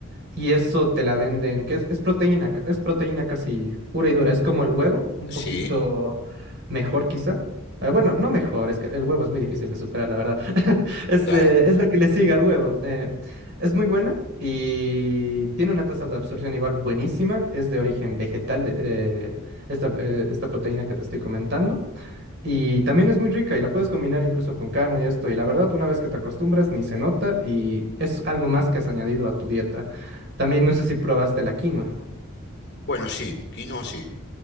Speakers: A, on the right; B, on the left.
A: Y eso te la venden, que es, es proteína, ca- es proteína casi pura y dura. Es como el huevo, un
B: Sí,
A: poquito mejor quizá. Eh, bueno, no mejor, es que el huevo es muy difícil de superar, la verdad. <laughs> Es,
B: claro.
A: eh, es lo que le sigue al huevo. Eh, es muy buena y tiene una tasa de absorción igual buenísima. Es de origen vegetal, eh, esta, eh, esta proteína que te estoy comentando. Y también es muy rica y la puedes combinar incluso con carne y esto. Y la verdad, una vez que te acostumbras, ni se nota y es algo más que has añadido a tu dieta. También no sé si probaste la quinoa.
B: Bueno, sí, quinoa sí,